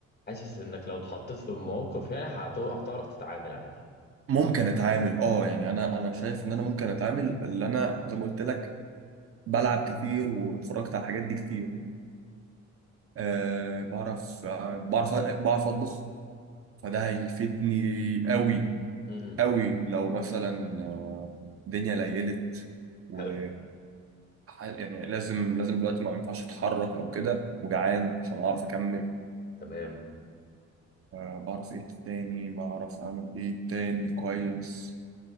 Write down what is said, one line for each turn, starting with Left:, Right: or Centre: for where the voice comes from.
Left: حاسس انك لو اتحطيت في الموقف يعني هت- هتعرف تتعامل عادي
Right: ممكن اتعامل اه يعني انا انا شايف ان انا ممكن اتعامل اللي انا زي ما قلت لك بلعب كتير واتفرجت على الحاجات دي كتير أه بعرف آه، بعرف بعرف اطبخ فده هيفيدني قوي
Left: امم
Right: قوي لو مثلا آه، الدنيا ليلت و
Left: حلو
Right: يعني لازم لازم دلوقتي ما ينفعش اتحرك او كده وجعان عشان اعرف اكمل
Left: تمام
Right: أه بعرف ايه تاني بعرف اعمل ايه تاني كويس